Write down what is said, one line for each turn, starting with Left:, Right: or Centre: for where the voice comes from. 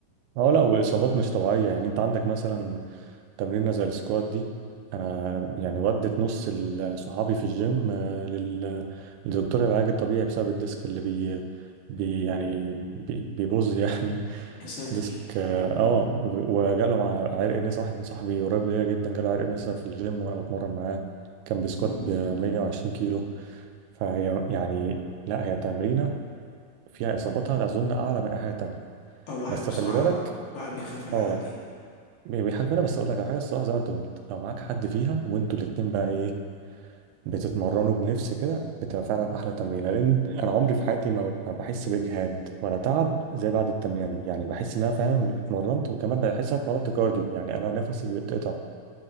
Right: اه لا والاصابات مش طبيعيه يعني انت عندك مثلا تمرينه زي السكوات دي انا يعني ودت نص ال- صحابي في الجيم آه، لل- للدكتور العلاج الطبيعي بسبب الديسك اللي بي, بي يعني بي بيبوظ يعني
Left: يا ساتر
Right: <laughs> ديسك اه آه، و- وجاله مع عرق نسا واحد من صاحبي قريب ليا جدا جاله عرق نسا في الجيم وانا بتمرن معاه كان بيسكوات
Left: امم
Right: ب 120 كيلو فهي يعني لا هي تمرينه فيها اصاباتها اظن اعلى من اي حاجه تانيه
Left: اه الواحد
Right: بس
Left: بصراحه
Right: خلي بالك
Left: الواحد بيخاف من الحاجات
Right: اه
Left: دي
Right: بي- بيحاسبنا بس اقول لك على حاجه الصراحه زي ما انت قلت لو معاك حد فيها وانتوا الاتنين بقى ايه بتتمرنوا بنفس كده بتبقى فعلا احلى تمرين لان انا عمري في حياتي ما ما بحس باجهاد ولا تعب زي بعد التمرينه دي يعني بحس ان انا فعلا اتمرنت وكمان بحس ان انا اتمرنت كارديو يعني انا نفسي بيتقطع